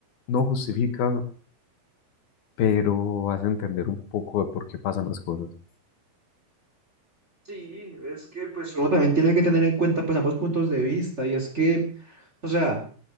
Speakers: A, on the left; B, on the right.
A: no justifica, pero hace entender un poco de por qué pasan las cosas.
B: Sí, es que pues Uno también tiene que tener en cuenta pues ambos puntos de vista y es que, o sea,